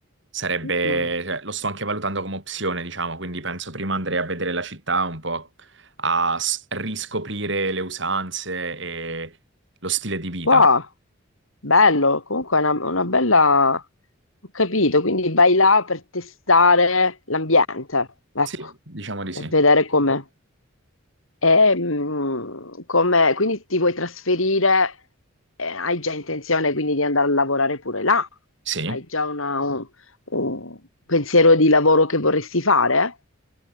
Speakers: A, on the right; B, on the left.
A: sarebbe,
B: Mm.
A: cioè, lo sto anche valutando come opzione, diciamo, quindi penso prima andrei a vedere la città un po' a s- riscoprire le usanze e lo stile di vita.
B: Wow, bello, comunque è una, una bella... Ho capito, quindi vai là per testare l'ambiente, ecco,
A: Sì, diciamo di
B: per
A: sì.
B: vedere com'è. E, mm, come- Quindi ti vuoi trasferire, eh, hai già intenzione quindi di andare a lavorare pure là?
A: Sì.
B: Hai già una- un, un pensiero di lavoro che vorresti fare?